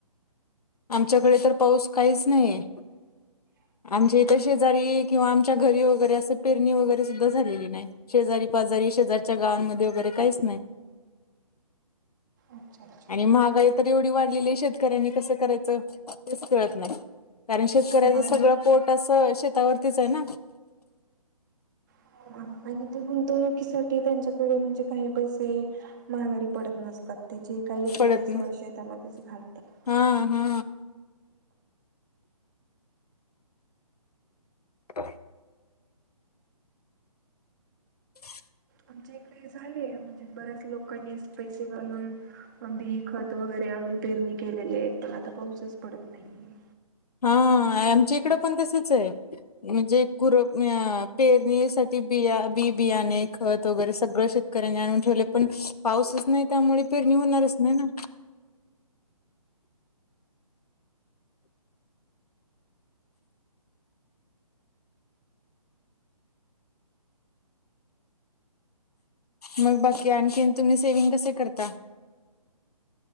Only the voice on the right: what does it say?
अच्छा अच्छा
हो ना.
<unintelligible> तुम्ही. तो युकीसाठी त्यांच्याकडे म्हणजे काही पैसे महागारी पडत नसतात. ते जे काही येतं
ते सगळं,
शेतामध्ये चं घालतात.
आमच्या इकडे हे झाले. त्या म्हणजे बऱ्याच लोकांनी असं पैसे घालून अधी खत वगैरे आणून पेरणी केलेले आहेत, पण आता पाऊसच पडत नाहीये.